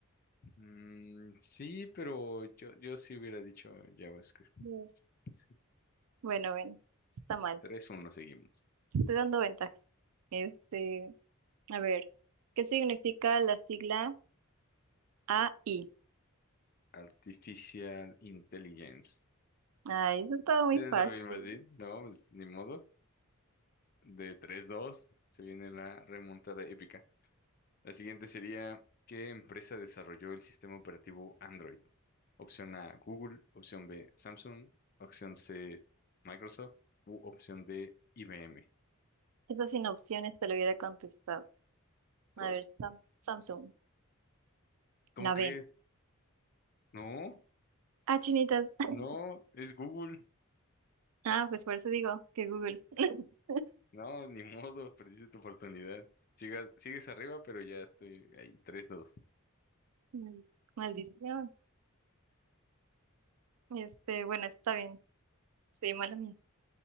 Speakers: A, on the left (about 40°); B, on the right (about 80°).
A: Mm, sí, pero yo, yo sí hubiera dicho JavaScript.
B: Yes.
A: Sí,
B: Bueno, bueno, está
A: bueno,
B: mal.
A: 3-1 seguimos.
B: Te estoy dando ventaja. Este, a ver, ¿qué significa la sigla AI?
A: Artificial Intelligence.
B: Ay, eso estaba muy
A: Es
B: fácil.
A: lo mismo así, no, pues ni modo. de tres dos se viene la remontada épica. La siguiente sería, ¿qué empresa desarrolló el sistema operativo Android? Opción A, Google, opción B, Samsung, opción C, Microsoft u opción D, IBM.
B: Esa sin opciones te lo hubiera contestado.
A: ¿Cuál?
B: A ver, Sam- Samsung,
A: ¿Cómo
B: la
A: crees?
B: B.
A: No,
B: Ah, chinitas. <laughs>
A: no, es Google.
B: Ah, pues por eso digo que Google. <laughs>
A: No, ni modo, <laughs> perdiste tu oportunidad. Sigas, sigues arriba, pero ya estoy ahí, tres dos.
B: Mm, Maldición. Este, bueno, está bien. Sí, mala mía.